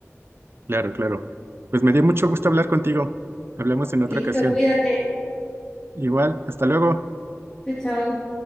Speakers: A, on the right (about 50°); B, on the left (about 15°).
A: Claro, claro. Pues me dio mucho gusto hablar contigo. Hablamos en
B: Listo,
A: otra ocasión.
B: cuídate.
A: Igual, hasta luego.
B: Chao, chao.